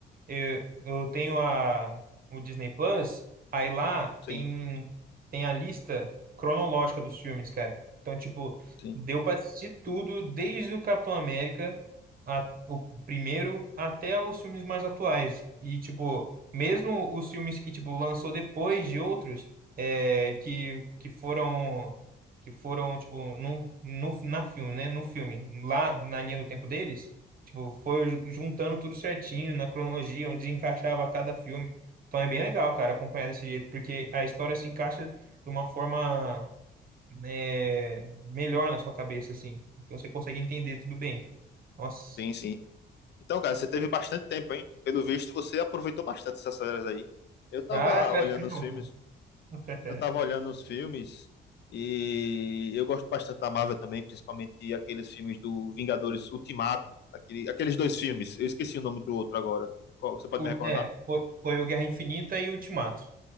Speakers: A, on the right; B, on the left.
A: eu, eu tenho a, o Disney Plus, aí lá
B: sim,
A: tem, tem a lista cronológica dos filmes, cara. Então, tipo,
B: sim,
A: deu pra assistir tudo, desde o Capitão América, a- o primeiro, até os filmes mais atuais. E, tipo, mesmo os filmes que, tipo, lançou depois de outros, é, que, que foram, que foram, tipo, num, no, na filme, né? No filme, lá na linha do tempo deles. Tipo, foi ju- juntando tudo certinho na cronologia, onde encaixava cada filme. Então é bem legal, cara, acompanhar desse jeito, porque a história se encaixa de uma forma é, melhor na sua cabeça, assim. Então você consegue entender tudo bem. Nossa.
B: tem sim. Então, cara, você teve bastante tempo, hein? Pelo visto, você aproveitou bastante essas férias aí. Eu tava
A: Ah, você
B: olhando
A: acha que não,
B: os filmes,
A: pô? <laughs>
B: eu tava olhando os filmes e eu gosto bastante da Marvel também, principalmente aqueles filmes do Vingadores Ultimato, aquele, aqueles dois filmes. Eu esqueci o nome do outro agora. Qual- você pode
A: O,
B: me recordar?
A: é, foi, foi o Guerra Infinita e o Ultimato.